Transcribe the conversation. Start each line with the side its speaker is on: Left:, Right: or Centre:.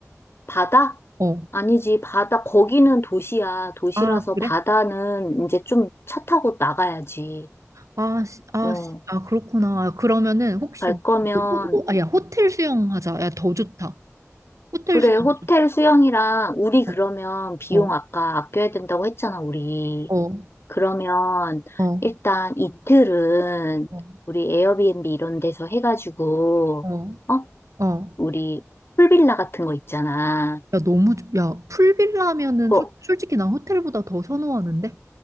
Left: 바다?
Right: 어
Left: 아니지, 바다, 거기는 도시야. 도시라서
Right: 아, 그래?
Left: 바다는 이제 좀 차 타고 나가야지.
Right: 아, 시- 아,
Left: 어,
Right: 시- 아, 그렇구나. 아, 그러면은 혹시
Left: 갈 거면
Right: 호, 호, 아, 야, 호텔 수영 하자. 야, 더 좋다. 호텔
Left: 그래,
Right: 수영.
Left: 호텔 수영이랑 우리
Right: 어,
Left: 그러면 비용
Right: 어,
Left: 아까 아껴야 된다고 했잖아, 우리.
Right: 어,
Left: 그러면
Right: 어,
Left: 일단 이틀은
Right: 어,
Left: 우리 에어비앤비 이런 데서 해가지고,
Right: 어.
Left: 어?
Right: 어.
Left: 우리 풀빌라 같은 거 있잖아.
Right: 야, 너무 좋- 야, 풀빌라면은
Left: 그거
Right: 솔- 솔직히 난 호텔보다 더 선호하는데.